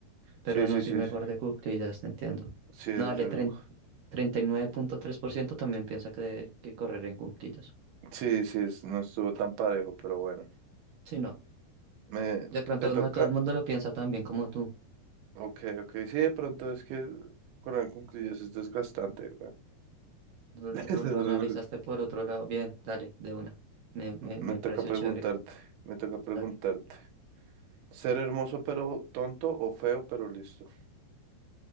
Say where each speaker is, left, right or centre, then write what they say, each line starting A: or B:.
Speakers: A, on the right (about 70°); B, on the right (about 85°).
A: pero
B: Sí, sí,
A: no soy
B: sí,
A: mejor
B: sí.
A: de ya te entiendo.
B: Sí, es
A: No, dale,
B: reloj.
A: tren- treinta y nueve punto tres por ciento también piensa que, que correr en cuclillas.
B: Sí, sí, es- no estuvo tan parejo, pero bueno.
A: Sí, no.
B: Me,
A: De pronto
B: ¿te toca?
A: no todo el mundo lo piensa tan bien como tú.
B: Ok, ok. Sí, de pronto es que correr en cuclillas es desgastante,
A: Lo,
B: <laughs>
A: lo- lo analizaste por otro lado. Bien, dale, de una. Me, me,
B: Me
A: me
B: toca
A: pareció
B: preguntarte,
A: chévere.
B: me toca preguntarte.
A: Dale.
B: ¿Ser hermoso pero tonto o feo pero listo?